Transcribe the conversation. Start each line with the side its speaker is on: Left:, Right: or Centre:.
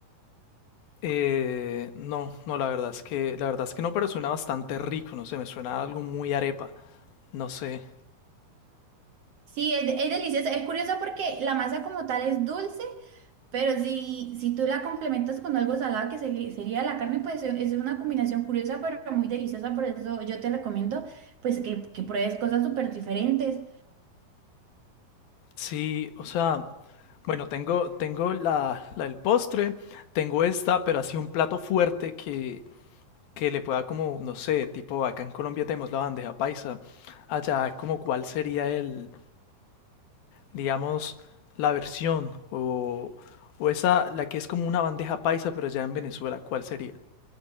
Left: Eh, no, no, la verdad es que, la verdad es que no, pero suena bastante rico, no sé, me suena a algo muy arepa, no sé.
Right: Sí, es, es delicioso, Es curioso porque la masa como tal es dulce, pero si, si tú la complementas con algo salado, que se- sería la carne, pues es es una combinación curiosa, pero muy deliciosa. Por eso yo te recomiendo pues que, que pruebes cosas súper diferentes.
Left: Sí, o sea, bueno, tengo, tengo la, la del postre, tengo esta, pero así un plato fuerte que, que le pueda como, no sé, tipo acá en Colombia tenemos la bandeja paisa, allá como cuál sería el, digamos, la versión o, o esa, la que es como una bandeja paisa, pero allá en Venezuela, ¿cuál sería?